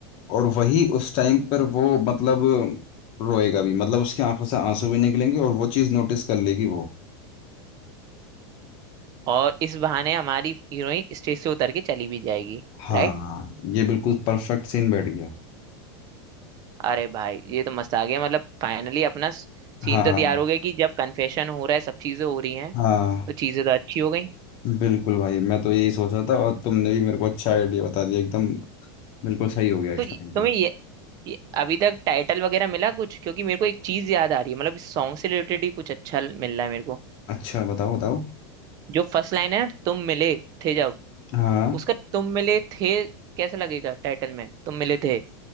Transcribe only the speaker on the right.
और इस बहाने हमारी हीरोइन स्टेज से उतर के चली भी जाएगी
राइट
अरे भाई ये तो मस्त आ गया मतलब फाइनली अपना सीन
तो तैयार हो गया कि जब कन्फेशन हो रहा है सब चीजें हो रही हैं
तो चीजें तो अच्छी हो गई
तो ये-
तुम्हें ये, ये अभी तक टाइटल वगैरह मिला कुछ क्योंकि मेरे को एक चीज याद आ रही है मतलब इस सॉन्ग से रिलेटेड ही कुछ अच्छा मिल रहा है मेरे को
जो फर्स्ट लाइन है ना, तुम मिले थे जब
उसका तुम मिले थे कैसे लगेगा टाइटल में तुम मिले थे